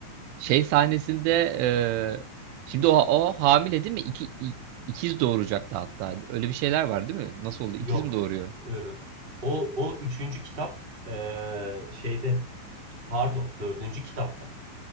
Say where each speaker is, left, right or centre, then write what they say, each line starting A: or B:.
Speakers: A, on the right; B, on the right.
A: Şey sahnesinde e, şimdi o, o hamile değil mi? İki, i- ikiz doğuracaktı hatta. Öyle bir şeyler var değil mi? Nasıl oldu? İkiz
B: Yok.
A: mi doğuruyor?
B: Ee, o o üçüncü kitap ee, şeyde pardon dördüncü kitapta.